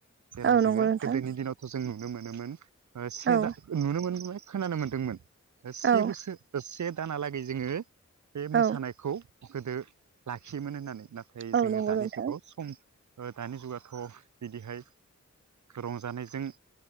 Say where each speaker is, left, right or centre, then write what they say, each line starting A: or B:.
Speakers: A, on the right; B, on the right.
A: जेराव
B: औ नंगौ
A: जोङो
B: नोंथां
A: गोदोनि दिनावथ' जों नुनो मोनोमोन से
B: औ
A: दा नुनो मोनदों खोनानो मोन्दोंमोन से
B: औ
A: बोसोर दसे दानालागै जोङो बे
B: औ
A: मोसानायखौ गोदो लाखियोमोन होननानै नाथाय
B: औ
A: जोङो
B: नंगौ
A: दानि
B: नोंथां
A: जुगाव सम दानि जुगाथ' बिदिहाय रंजानायजों